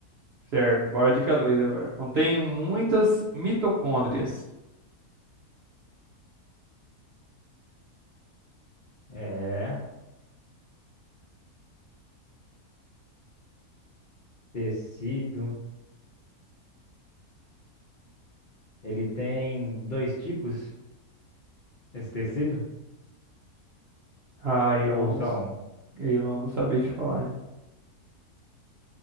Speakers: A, on the right; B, on the left.
A: Certo, bora dica 2 agora. Contém muitas mitocôndrias.
B: é. Tecido. Ele tem dois tipos, esse tecido?
A: Aí eu
B: Ou
A: não
B: só
A: vou,
B: um?
A: aí eu não vou saber te falar, hein?